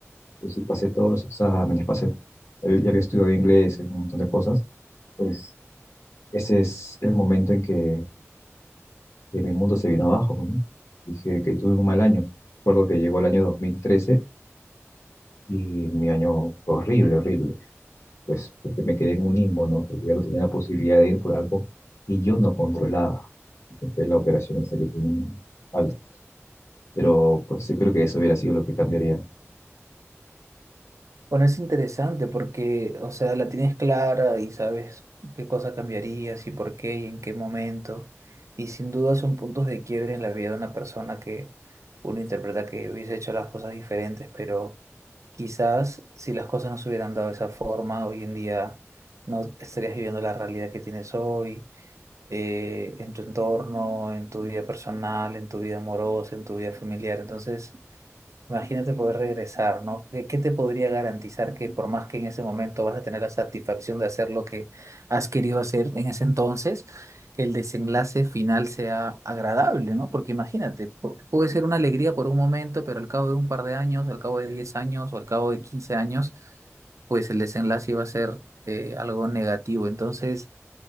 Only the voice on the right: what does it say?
Bueno, es interesante porque, o sea, la tienes clara y sabes qué cosa cambiarías y por qué y en qué momento. Y sin duda son puntos de quiebre en la vida de una persona que uno interpreta que hubiese hecho las cosas diferentes, pero quizás si las cosas no se hubieran dado de esa forma, hoy en día no estarías viviendo la realidad que tienes hoy, eh, en tu entorno, en tu vida personal, en tu vida amorosa, en tu vida familiar. Entonces... Imagínate poder regresar, ¿no? ¿Qué qué te podría garantizar que por más que en ese momento vas a tener la satisfacción de hacer lo que has querido hacer en ese entonces, el desenlace final sea agradable, ¿no? Porque imagínate, pu- puede ser una alegría por un momento, pero al cabo de un par de años, al cabo de 10 años o al cabo de 15 años, pues el desenlace iba a ser eh, algo negativo. Entonces,